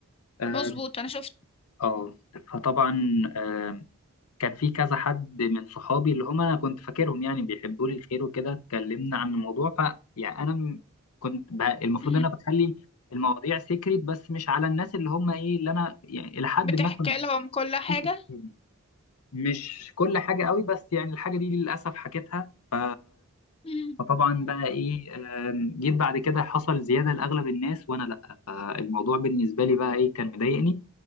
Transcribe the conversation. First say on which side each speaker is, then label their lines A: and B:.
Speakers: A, on the left; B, on the left.
A: اه
B: مظبوط انا شفت
A: آه. فطبعا آه، كان في كذا حد من صحابي اللي هم انا كنت فاكرهم يعني بيحبوا لي الخير وكده اتكلمنا عن الموضوع ف يعني انا م- كنت ب... المفروض
B: مم.
A: ان انا بخلي المواضيع سيكريت بس مش على الناس اللي هم ايه اللي انا يعني الى حد
B: بتحكي
A: ما كنت
B: لهم كل حاجة
A: واثق فيهم. مش كل حاجه قوي بس يعني الحاجه دي للاسف حكيتها ف...
B: مم.
A: فطبعا بقى ايه آم، جيت بعد كده حصل زياده لاغلب الناس وانا لا فالموضوع بالنسبه لي بقى ايه كان مضايقني